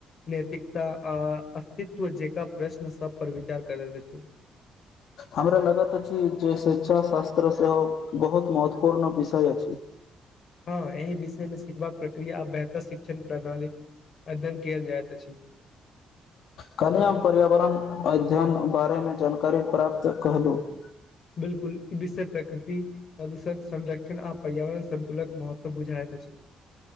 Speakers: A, on the left; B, on the left.
A: नैैतिकता आ अस्तित्व जेक प्रश्न सब पर विचार करैत छै। <unintelligible>
B: हमरा लागैत अछि जे शिक्षा शास्त्र सेहो बहुत महत्वपूर्ण विषय अछि। <unintelligible>
A: हँ एहि विषयमे सिखबाक प्रक्रिया आ बेहतर शिक्षण प्रणाली अध्ययन कयल जाइत अछि। <unintelligible>
B: कनामे पर्यावरण अध्ययन बारेमे जानकारी प्राप्त कहलहुँ। <unintelligible>
A: बिलकुल ई विषय प्रकृति प्रदूषण संरक्षण आ पर्यावरण संतुलन महत्व बुझायत छै। <unintelligible>